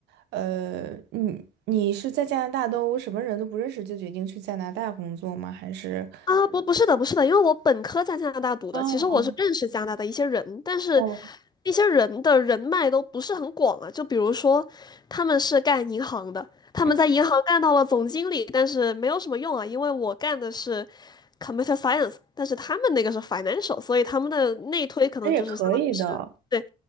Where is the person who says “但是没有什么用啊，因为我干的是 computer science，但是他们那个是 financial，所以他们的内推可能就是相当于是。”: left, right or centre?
Left